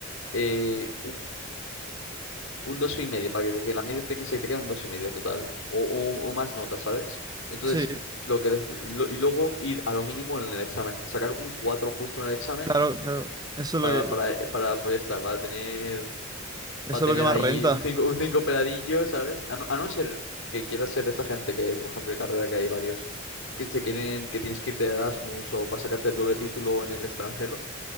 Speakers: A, on the left (about 75°); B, on the right (about 20°).
A: eh, un dos y medio, para que, te- que la media tenga, se te quede un dos y medio total, o, o- o más notas, ¿sabes? Entonces,
B: sí,
A: lo que dej- lo- y luego ir a lo mínimo en el examen, sacar un 4 justo en el examen
B: claro, claro. Eso es
A: para, para,
B: lo que,
A: para pues ya está, para tener,
B: eso
A: para tener
B: es lo que más
A: ahí
B: renta.
A: un cinco un cinco peladillo, ¿sabes? A no, a no ser que quieras ser esta gente que, por ejemplo, en carrera que hay varios que se quieren, que tienes que ir de Erasmus o para sacarte el doble título en el extranjero,